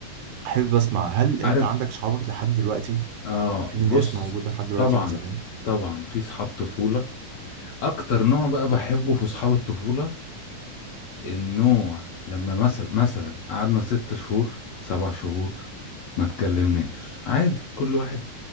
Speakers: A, on the right; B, on the left.
A: أحب أسمع هل
B: عارف
A: أنت عندك صحابك لحد دلوقتي
B: اه
A: في
B: بص
A: ناس موجودة لحد دلوقتي
B: طبعا
A: من زمان
B: طبعا في صحاب طفولة اكتر نوع بقى بحبه في صحاب الطفولة النوع لما مثلا مثلا قعدنا ست شهور سبع شهور ما تكلمناش عادي كل واحد